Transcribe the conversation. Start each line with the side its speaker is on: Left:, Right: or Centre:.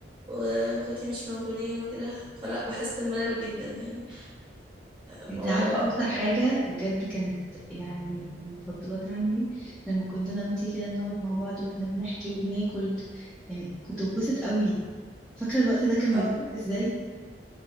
Right: واخواتي مش موجودين وكده فلا بحس بملل جدا يعني موضوع
Centre: انت عارفة
Right: إن
Centre: اكتر حاجة بجد كانت يعني من المفضلات عندي لما كنت انا وانتي كده نقعد مع بعض واحنا بنحكي وبناكل يعني كنت ببسط قوي فاكرة الوقت ده كان
Right: أو
Centre: بيبقى ازاي